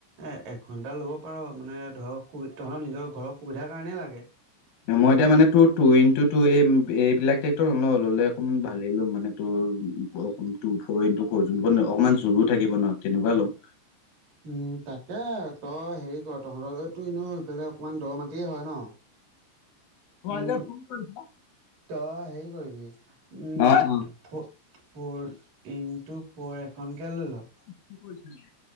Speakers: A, on the right; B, on the left.
A: এ এঘণ্টা ল'ব পাৰ, মানে ধৰক তহঁত নিজৰ ঘৰৰ সুবিধাৰ কাৰণেই লাগে।
B: মই এতিয়া মানে তোৰ তু ইনটু তু এই এইবিলাক ট্ৰেক্টৰ, ল'লে অকমান ভালেই লম। মানে তোৰ তোৰ ফৰ ইনটু ফৰ, যোনখন অকমান জোৰো থাকিব ন, তেনেকুৱা ল'ম।
A: উম, তাকে তই হেৰি কৰ তহঁতৰ এইটো এফালে অকণমান দ মাটিয়েই হয় ন। উম
B: ালদাত ফোন কৈছ <unintelligible>
A: তই হেৰি কৰিবি উম,
B: অ',
A: ফ'ৰ ইণ্টু ফ'ৰ এখনকে লৈ ল।
B: কি কৰিছা?